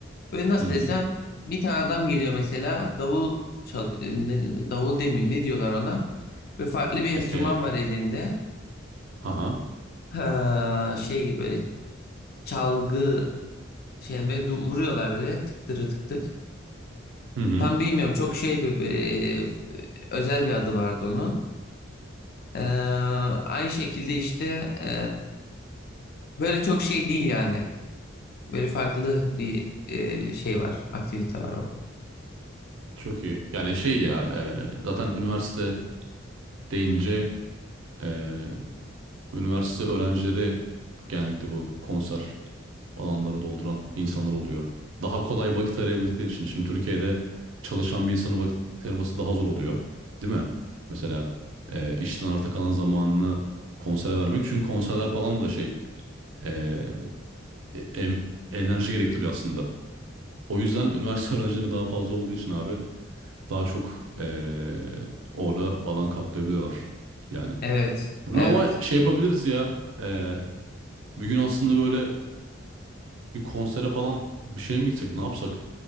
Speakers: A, on the left (about 50°); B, on the right (about 75°).
A: Böyle nasıl
B: Hı hı.
A: desem bir tane adam geliyor mesela davul çal e, ne- davul demeyeyim ne diyorlar ona. Ve farklı bir enstrüman
B: E,
A: var elinde.
B: haha.
A: Ha, şey gibi böyle çalgı şey böyle du- vuruyorlar böyle tık tırı tık tık.
B: Hı hı.
A: Tam bilmiyorum çok şey böyle, böyle e, özel bir adı vardı onun. Ee, aynı şekilde işte e, böyle çok şey değil yani. Böyle farklı bir e, şey var, aktivite var orada.
B: Çok iyi. Yani şey ya e, zaten üniversite deyince e, üniversite öğrencileri genellikle bu konser alanları dolduran insanlar oluyor. Daha kolay vakit arayabildikleri için. Şimdi Türkiye'de çalışan bir insanın vakit ayırması daha zor oluyor. Değil mi? Mesela e, işten arta kalan zamanını konsere vermek. Çünkü konserler falan da şey e, e, em- enerji gerektiriyor aslında. O yüzden üniversite <laughs> öğrencilerine daha fazla olduğu için abi daha çok eee, orada alan kaplayabiliyorlar. Yani
A: Evet,
B: bunu
A: evet.
B: ama şey yapabiliriz ya. eee bir gün aslında böyle bir konsere falan bir şeye mi gitsek ne yapsak